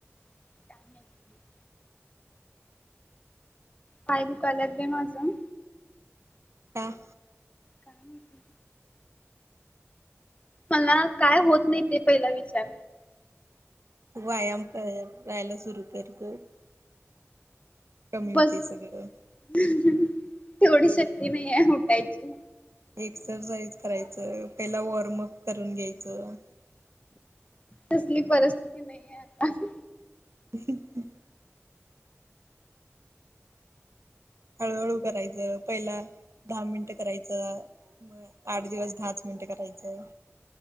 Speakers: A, on the left; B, on the right.
A: <inaudible> पाय दुखाय लागलेत माझं
B: काय?
A: काय माहिती. मला काय होत नाही ते पहिला विचार.
B: वायाम कर. <unintelligible> सुरू कर गं. कमी
A: बस
B: होतय सगळं.
A: तेवढी शक्ती नाही आहे उटायची.
B: एक्सरसाइज करायचं. पहिला वॉर्मअप करून घ्यायचं.
A: तसली परिस्थिती नाहीये आता.
B: हा हा. हळूहळू करायचं. पहिला दहा मिनटं करायचं. मग आठ दिवस दहाच. मिनटं करायचं.